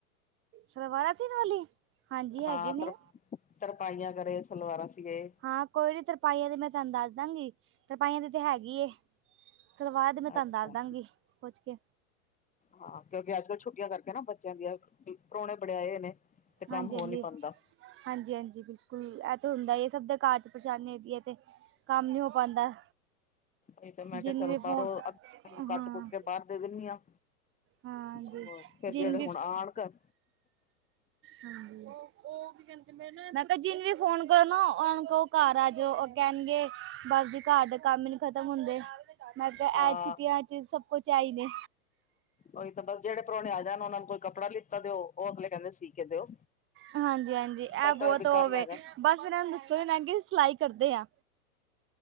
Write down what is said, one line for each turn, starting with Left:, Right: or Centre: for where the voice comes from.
Right: ਸਲਵਾਰਾ ਸੀਨ ਵਾਲੀ ਹਾਂਜੀ ਹੈਗੇ
Left: ਹਾਂ ਤਰ
Right: ਨੇ
Left: ਤਰਪਾਈਆਂ ਕਰੇ, ਸਲਵਾਰਾਂ ਸੀਏ
Right: ਹਾਂ ਕੋਈ ਨੀ ਤਰਪਾਈਆਂ ਦੀ ਮੈਂ ਤੁਹਾਨੂੰ ਦੱਸ ਦਵਾਂਗੀ ਤਰਪਾਈਆਂ ਦੀ ਤਾਂ ਹੈਗੀ ਏ ਸਲਵਾਰਾ ਮੈਂ ਤੁਹਾਨੂੰ
Left: ਅੱਛਾ
Right: ਦੱਸ ਦਵਾਂਗੀ ਪੁੱਛ ਕੇ
Left: ਹਾਂ ਕਿਉਂਕਿ ਅੱਜ ਕੱਲ ਛੁੱਟੀਆਂ ਕਰਕੇ ਨਾ ਬੱਚਿਆਂ ਦੀਆਂ ਪ੍ਰਾਹੁਣੇ ਬੜੇ ਆਏ ਨੇ ਤੇ ਕੰਮ
Right: ਹਾਂਜੀ-
Left: ਹੋ
Right: ਹਾਂਜੀ।
Left: ਨੀ ਪਾਉਂਦਾ
Right: ਹਾਂਜੀ -ਹਾਂਜੀ ਬਿਲਕੁਲ ਇਹ ਤੇ ਹੁੰਦਾ ਇਹ ਸਭ ਦੇ ਘਰ ਚ ਪਰੇਸ਼ਾਨੀ ਹੈਗੀ ਹੈ ਤੇ ਕੰਮ ਨੀ ਹੋ ਪਾਉਂਦਾ
Left: ਇਹ ਤੇ ਮੈਂ
Right: ਜਿੰਨ
Left: ਕਿਹਾ ਚੱਲ
Right: ਵੀ
Left: ਬਾਹਰੋਂ
Right: ਫੋਨ
Left: ਅੱ
Right: ਹਾਂ
Left: ਕੱਟ ਕੁੱਟ ਕੇ ਬਾਹਰ ਦੇ ਦਿੰਦੀ ਆ
Right: ਹਾਂਜੀ
Left: ਉਹ ਫਿਰ
Right: ਜਿੰਨ
Left: ਜਿਹੜੇ
Right: ਵੀ
Left: ਹੁਣ ਆਉਣ ਕਰ
Right: ਹਾਂ ਉਹ ਉਹ ਵੀ ਕਹਿੰਦੇ ਨੇ ਮੈਂ ਕਿਹਾ ਜਿੰਨ ਵੀ ਫੋਨ ਕਰਨਾ ਉਹਨੂੰ ਕਹੋ ਘਰ ਆ ਜਾਓ ਕਹਿਣਗੇ ਬਸ ਜੀ ਘਰ ਦੇ ਕੰਮ ਹੀ ਨੀ ਖ਼ਤਮ ਹੁੰਦੇ, ਮੈਂ ਕਿਹਾ
Left: ਹਾਂ
Right: ਐ ਛੁੱਟੀਆਂ ਚ ਸਭ ਕੁਛ ਆਈ ਨੇ
Left: ਉਹੀ ਤਾਂ ਬਸ ਜਿਹੜੇ ਪ੍ਰਾਹੁਣੇ ਆ ਜਾਣ ਉਹਨਾਂ ਨੂੰ ਕੋਈ ਕੱਪੜਾ ਲ ਪਤਾ ਦਿਓ ਉਹ ਅਗਲੇ ਕਹਿੰਦੇ ਸੀ ਕੇ ਦਿਓ,
Right: ਹਾਂਜੀ ਹਾਂਜੀ ਇਹ
Left: ਪਤਾ
Right: ਬਹੁਤ
Left: ਹੈ ਵੀ
Right: ਹੋਵੇ
Left: ਕੰਮ ਹੈਗਾ
Right: ਬਸ ਇਹਨਾਂ ਨੂੰ ਦੱਸੋ ਇਹਨਾਂ ਕਿ ਸਿਲਾਈ ਕਰਦੇ ਆ